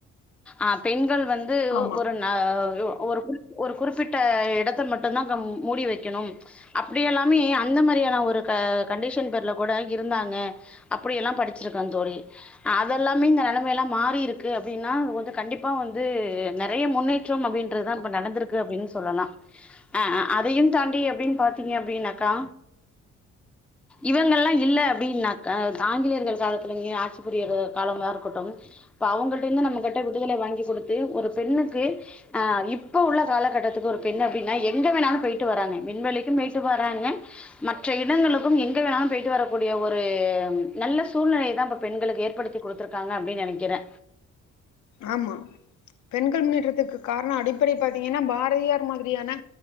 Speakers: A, in the centre; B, on the left.
A: ஆ பெண்கள் வந்து
B: ஆமா
A: ஒரு ஆ ஒ ஒரு கு ஒரு குறிப்பிட்ட இடத்த மட்டுதா கம் மூடி வெக்கணு அப்டி எல்லாமே அந்த மாரியான ஒரு க கண்டிஷன் ப ல கூட இருந்தாங்க அப்டிய எல்லா படிச்சிருக்க தோழி அதெல்லாமே இந்த நெலைமையெல்லா மாறி இருக்கு அப்டின்னா அது வந்து கண்டிப்பா வந்து நெறைய முன்னே ற்றம் அப்டின்றதுதா இப்ப நடந்திருக்கு அப்டின்னு சொல்லலா ஆ அ அதையு தாண்டி எப்டின்னு பாத்தீங்க அப்டின்னாக்கா இவங்கல்லா இல்ல அப்டின்னாக்கா அத் ஆங்கிலேயர்கள் காலத்துலயே ஆட்சி புரியற காலமா இருக்கட்டும் இப்ப அவங்கள் கிட்ட இருந்து நம்ம கிட்ட விடுதலை வாங்கி கொடுத்து ஒரு பெண்ணுக்கு ஆ இப்ப உள்ள காலகட்டத்துக்கு ஒரு பெண் அப்டின்னா எங்க வேணாலு போயிட்டு வராங்க விண்வெளிக்கும் போயிட்டு வராங்க மற்ற இடங்களுக்கும் எங் கே எங்க வேணுனாலும் போயிட்டு வரக்கூடிய ஒரு நல்ல சூழ்நிலையை தா இப்ப பெண்களுக்கு ஏற்படுத்தி குடுத்தருக்காங்க அப்டின்னு நெனைக்கிறே
B: ஆமா பெண்கள் முன்னேற்றத்துக்கு காரணோ அடிப்படை பாத்தீங்கன்னா பாரதியார் மாதிரியான